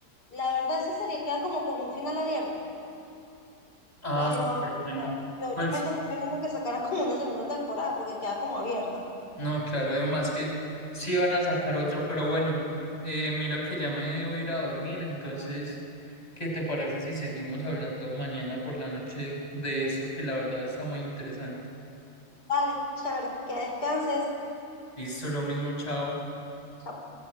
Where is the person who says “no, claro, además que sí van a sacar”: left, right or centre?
Left